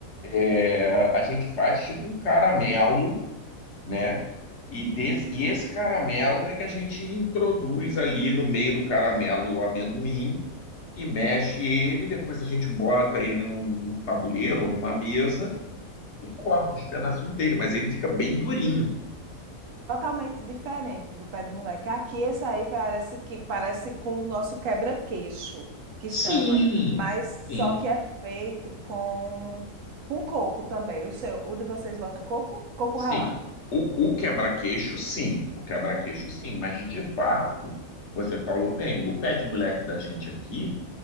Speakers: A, on the left; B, on the right.
A: é, a gente faz tipo um caramelo, né? E, des, e esse caramelo é que a gente introduz ali no meio do caramelo o amendoim e mexe ele. Depois a gente bota ele num, num tabuleiro ou numa mesa e corta os pedacinhos dele, mas ele fica bem durinho.
B: Totalmente diferente do pé do moleque. Aqui, esse aí parece que parece com o nosso quebra-queixo, que
A: Sim,
B: chama, mas
A: sim.
B: só que é feito com, com coco também. O seu, o de vocês bota coco? Coco
A: Sim,
B: ralado.
A: o, o quebra-queixo, sim, o quebra-queixo, sim, mas de fato, você falou bem, o pé de moleque da gente aqui,